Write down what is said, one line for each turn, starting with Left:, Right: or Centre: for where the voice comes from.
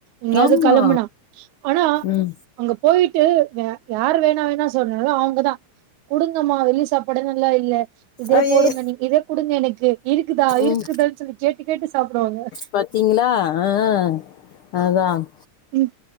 Right: எங்கயாவது
Left: ஆமா
Right: கிளம்புன ஆனா
Left: ம்
Right: அங்க போயிட்டு வே யாரு வேணா வேணா சொன்னகளோ அவங்கதான் குடுங்கம்மா வெளி சாப்பாடுே இல்ல இல்ல இதே
Left: ஐயையோ.
Right: போடுங்க நீங்க இதே குடுங்க எனக்கு இருக்குதா
Left: ம்
Right: இருக்குதுன்னு சொல்லி கேட்டு கேட்டு சாப்டுவாங்க
Left: பாத்தீங்களா ஆஹ் அததான்
Right: ம்